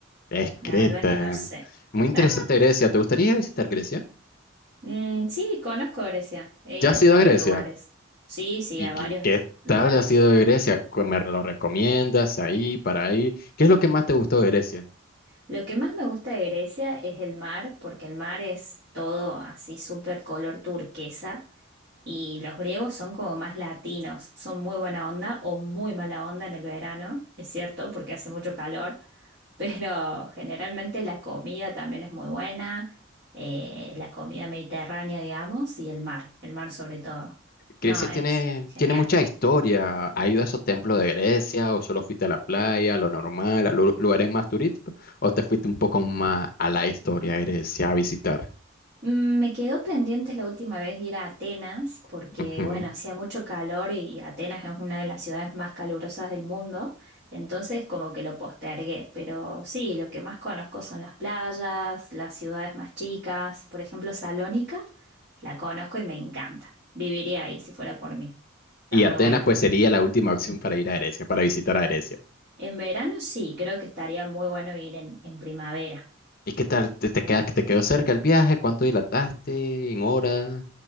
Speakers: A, on the left; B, on the right.
A: Es
B: La
A: Creta.
B: verdad que no sé.
A: Muy interesante
B: Ah,
A: Grecia. ¿Te gustaría visitar Grecia?
B: mm, sí, conozco Grecia. He
A: ¿Ya
B: ido
A: has
B: a un
A: ido
B: par
A: a Grecia?
B: de lugares. Sí, sí,
A: ¿Y
B: a
A: qué,
B: varios
A: qué
B: lugares.
A: tal ha sido de Grecia? ¿Cu- ¿Me lo recomiendas ahí, para ahí? ¿Qué es lo que más te gustó de Grecia?
B: Lo que más me gusta de Grecia es el mar, porque el mar es todo así súper color turquesa y los griegos son como más latinos, son muy buena onda o muy mala onda en el verano, es cierto, porque hace mucho calor, <laughs> pero generalmente la comida también es muy buena, eh, la comida mediterránea, digamos, y el mar, el mar sobre todo.
A: Grecia
B: No,
A: tiene,
B: es genial.
A: tiene mucha historia. ¿Has ido a esos templos de Grecia o solo fuiste a la playa, a lo normal, a lu- lugares más turísticos? ¿O te fuiste un poco más a la historia de Grecia a visitar?
B: Mm, Me quedó pendiente la última vez ir a Atenas porque,
A: Ujú.
B: bueno, hacía mucho calor y Atenas es una de las ciudades más calurosas del mundo, entonces como que lo postergué, pero sí, lo que más conozco son las playas, las ciudades más chicas, por ejemplo, Salónica, la conozco y me encanta, viviría ahí si fuera por mí, está
A: Y
B: muy
A: Atenas
B: buena.
A: pues sería la última opción para ir a Grecia, para visitar a Grecia.
B: En verano sí, creo que estaría muy bueno ir en, en primavera.
A: ¿Y qué tal? ¿Te, te queda, te quedó cerca el viaje? ¿Cuánto dilataste? ¿En horas?